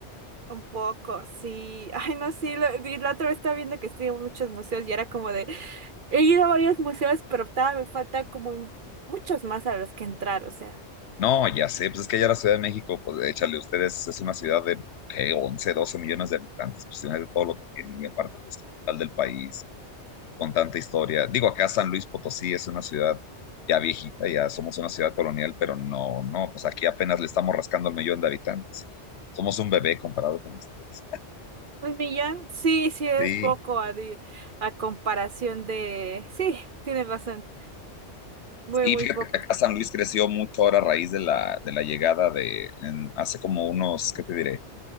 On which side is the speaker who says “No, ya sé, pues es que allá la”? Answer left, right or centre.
Left